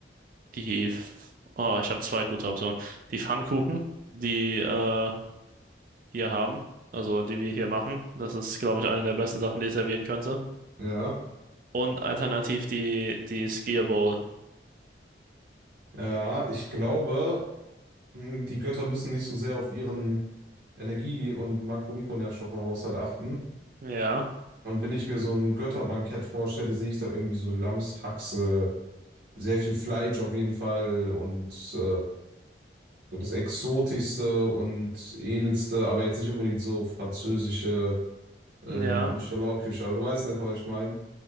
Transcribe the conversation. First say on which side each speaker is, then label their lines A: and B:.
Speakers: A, on the right (about 50°); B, on the right (about 75°).
A: Die, F- oh, ich habe zwei gute Optionen. Die Pfannkuchen, die äh, wir haben, also die wir hier machen. Das ist, glaube ich, eine der besten Sachen, die ich servieren könnte.
B: Ja,
A: Und alternativ die, die Skier Bowl.
B: ja, ich glaube, mh, die Götter müssen nicht so sehr auf ihren Energie- und Makro-Mikronährstoffhaushalt achten.
A: Ja,
B: Und wenn ich mir so ein Götterbankett vorstelle, sehe ich da irgendwie so Lammshaxe Sehr viel Fleisch auf jeden Fall und äh, so das Exotischste und Edelste, aber jetzt nicht unbedingt so französische ähm,
A: ja,
B: Michelin-Küche, aber du weißt in etwa, was ich meine.